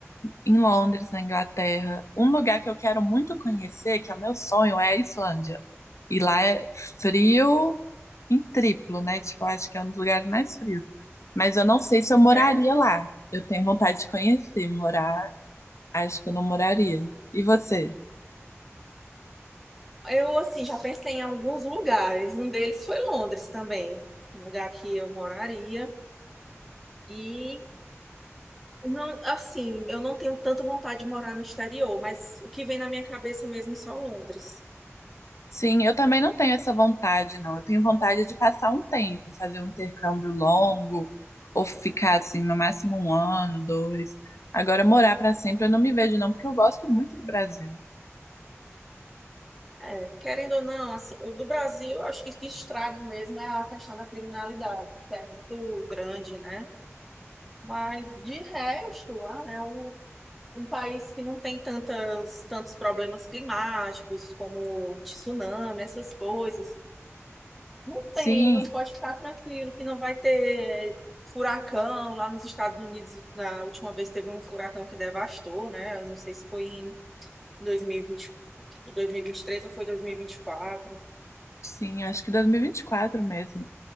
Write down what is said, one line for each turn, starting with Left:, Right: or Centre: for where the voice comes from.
Left: em Londres, na Inglaterra. Um lugar que eu quero muito conhecer, que é o meu sonho, é a Islândia. E lá é frio, em triplo, né? Tipo, acho que é um dos lugares mais frios. Mas eu não sei se eu moraria
Centre: É.
Left: lá. Eu tenho vontade de conhecer, morar, acho que eu não moraria. E você?
Centre: Eu, assim, já pensei em alguns lugares. Um deles foi Londres também, um lugar que eu moraria. E, não, assim, eu não tenho tanta vontade de morar no exterior, mas o que vem na minha cabeça mesmo é só Londres.
Left: Sim, eu também não tenho essa vontade, não. Eu tenho vontade de passar um tempo, fazer um intercâmbio longo, ou ficar assim, no máximo um ano, dois. Agora, morar para sempre, eu não me vejo, não, porque eu gosto muito do Brasil.
Centre: É, querendo ou não, assim, o do Brasil, eu acho que o que estraga mesmo é a questão da criminalidade, que é muito grande, né? Mas, de resto, lá, é o um país que não tem tantas, tantos problemas climáticos, como tsunami, essas coisas. Não
Left: Sim,
Centre: tem, você pode ficar tranquilo que não vai ter furacão. Lá nos Estados Unidos, na última vez teve um furacão que devastou, né? Eu não sei se foi em dois dois mil mil e e vinte dois mil e vinte e três ou foi dois mil e e vinte e quatro
Left: sim, acho que 2024 mesmo.